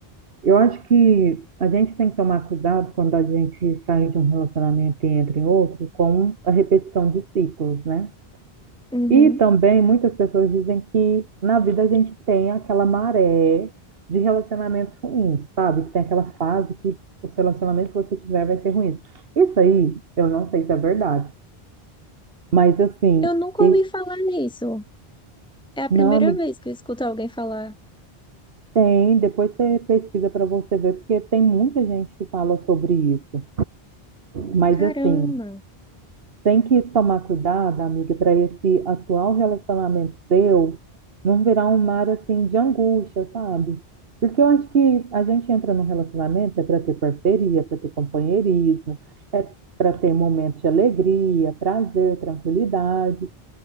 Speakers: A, on the right; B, in the centre.
A: Eu acho que a gente tem que tomar cuidado quando a gente sai de um relacionamento e entra em outro com a repetição de ciclos, né?
B: Uhum.
A: E também muitas pessoas dizem que na vida a gente tem aquela maré de relacionamentos ruins, sabe? Que tem aquela fase que os relacionamentos que você tiver vai ser ruins. Isso aí, eu não sei se é verdade, mas assim,
B: Eu nunca
A: e-
B: ouvi falar nisso. É a primeira
A: não, amiga.
B: vez que eu escuto alguém falar
A: Tem, depois você pesquisa para você ver, porque tem muita gente que fala sobre isso. Mas
B: Caramba,
A: assim, tem que tomar cuidado, amiga, para esse atual relacionamento seu não virar um mar assim de angústia, sabe? Porque eu acho que a gente entra num relacionamento é para ter parceria, para ter companheirismo, é para ter momentos de alegria, prazer, tranquilidade.